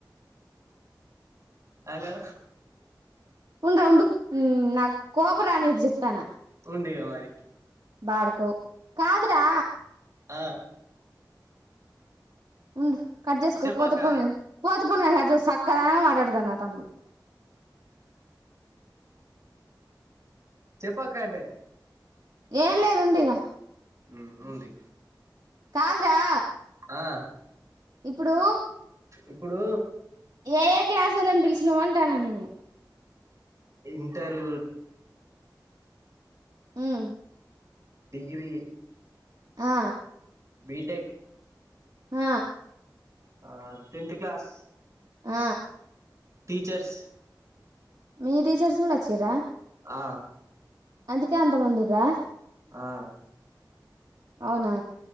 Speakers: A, on the right; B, on the right.
A: హలో
B: ఉండురా ఉండు ఊ నాకు కోపం రానీయదు చెప్తానా
A: ఉండు ఇగ మరి
B: బాడుకో కాదురా
A: ఆ
B: ఉండు కట్ చేసుకో
A: చెప్పక్క
B: పోతే పోనీ గానీ పోత్ <unintelligible> చక్కగానే మాట్టాడతాడు నా తమ్ముడు
A: చెప్పక్క అంటే
B: ఏం లేదు ఉండు ఇగ
A: హ్మ్ ఉంది
B: కాదురా
A: ఆ
B: ఇప్పుడు
A: ఇప్పుడు
B: ఏ ఏ క్లాసు వాళ్ళని పిలిచినావ అంటాన్నా నేను
A: ఇంటరు
B: హ్మ్
A: డిగ్రీ
B: ఆ
A: బీటెక్
B: ఆ
A: ఆ టెన్త్ క్లాస్
B: ఆ
A: టీచర్స్
B: మీ టీచర్స్ కూడా వచ్చిర్ర
A: ఆ
B: అందుకే అంత మంది ఉర్ర
A: ఆ
B: అవునా